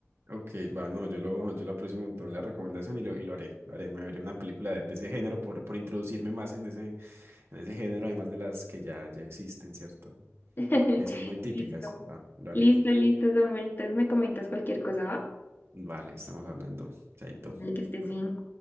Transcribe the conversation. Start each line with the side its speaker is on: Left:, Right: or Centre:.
Right: Ok, va, no, yo lo, yo lo aprecio un montón la recomendación y lo, y lo haré, lo haré, me veré una película de, de ese género por, por introducirme más en ese, en ese género, además de las que ya, ya existen, ¿cierto?
Left: <laughs>
Right: Que son muy típicas,
Left: Listo,
Right: va, lo haré.
Left: listo, listo, Samuel. Entonces me comentas cualquier cosa, ¿va?
Right: Vale, estamos hablando, chaito.
Left: Dale que estés bien.